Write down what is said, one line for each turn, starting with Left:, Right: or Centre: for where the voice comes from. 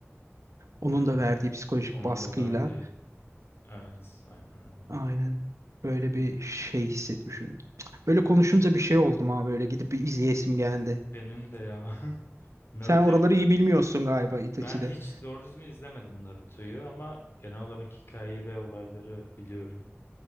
Right: Onun
Left: evet.
Right: da verdiği psikolojik
Left: Onun
Right: baskıyla
Left: da verdiği evet aynen öyle.
Right: aynen böyle bir şey hissetmişim. Böyle konuşunca bir şey oldum abi böyle gidip bir izleyesim geldi.
Left: Benim de ya <laughs> Naruto'yu
Right: Sen oraları iyi bilmiyorsun galiba Itachi'de.
Left: ben hiç doğru düzgün izlemedim Naruto'yu ama genel olarak hikayeyi ve olayları biliyorum.